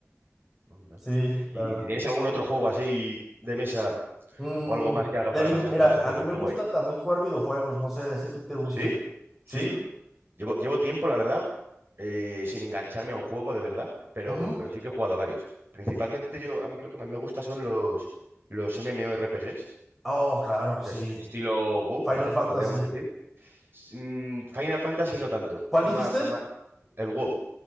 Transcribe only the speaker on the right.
Anda.
¿Y,
y si tienes algún otro juego así de mesa
o algo más que hagas
para
pasar
el rato así
que
esté
guay?
¿Sí? Sí.
Llevo,
llevo tiempo, la verdad, eh, sin engancharme a un juego de verdad, pero,
pero sí que he jugado a varios. Principalmente yo, a mí lo que más me gusta son los, los MMORPGs,
o
sea, est- estilo WoW,
por ejemplo,
podríamos decir. S- mm, Final Fantasy no tanto,
ma-
ma- el WoW,